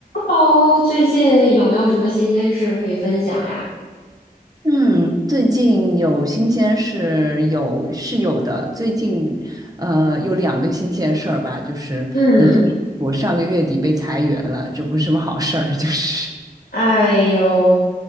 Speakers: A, on the left; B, on the right.
A: 哦，最近有没有什么新鲜事可以分享呀？
B: 嗯，最近有新鲜事有是有的。最近，呃，有两个新鲜事儿吧，就是一个是我上个月底被裁员了，
A: 嗯，
B: 这不是什么好事儿，<laughs> 就是
A: 哎呦，